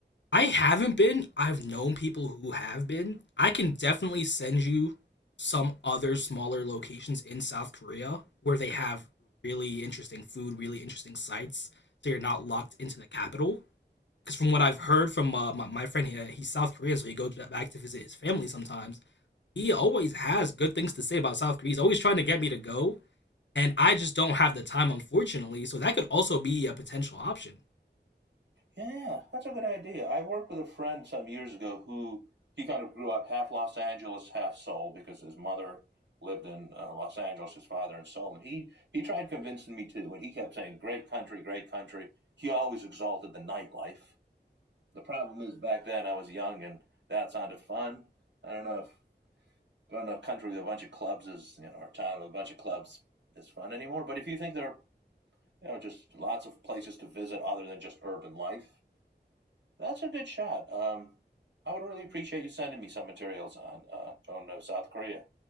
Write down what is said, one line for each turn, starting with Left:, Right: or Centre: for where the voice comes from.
Left: I haven't been. I've known people who have been. I can definitely send you some other smaller locations in South Korea where they have really interesting food, really interesting sites, so you're not locked into the capital. Because from what I've heard from uh, my, my friend here, he's South Korean, so he goes back to visit his family sometimes. He always has good things to say about South Korea. He's always trying to get me to go, and I just don't have the time, unfortunately. So that could also be a potential option.
Right: Yeah, that's a good idea. I worked with a friend some years ago who he kind of grew up half Los Angeles, half Seoul because his mother lived in uh, Los Angeles, his father in Seoul, and he he tried convincing me too, and he kept saying, "Great country, great country." He always exalted the nightlife. The problem is back then I was young and that sounded fun. I don't know if going to a country with a bunch of clubs is you know, or a town with a bunch of clubs is fun anymore. But if you think there are you know just lots of places to visit other than just urban life, that's a good shot. Um, I would really appreciate you sending me some materials on uh, going to South Korea.